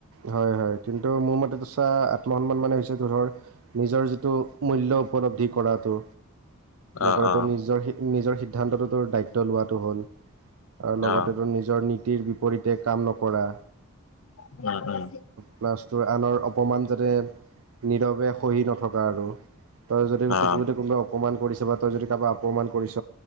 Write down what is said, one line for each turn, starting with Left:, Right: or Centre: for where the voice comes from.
Right: হয় হয় কিন্তু মোৰ মতেটো চাহ আত্মসন্মান মানে হৈছে তোৰ ধৰ। নিজৰ যিটো মূল্য উপলব্ধি কৰাটো
Left: অ',
Right: লগতে
Left: অ',
Right: নিজৰ। নিজৰ সিদ্ধান্তটোতোৰ দায়িত্ব লোৱাটো হ'ল আৰু লগতে
Left: অ',
Right: তোৰ নিজৰ। বিপৰীতে কাম নকৰা,
Left: উম! উম!
Right: প্লাছটোৰ আনৰ অপমান যাতে নীৰৱে সহি নথকা আৰু তাৰ যদি
Left: অ',
Right: যদি কোনোবা। অপমান কৰিছ বা তই যদি কাৰোবাক অপমান কৰিছ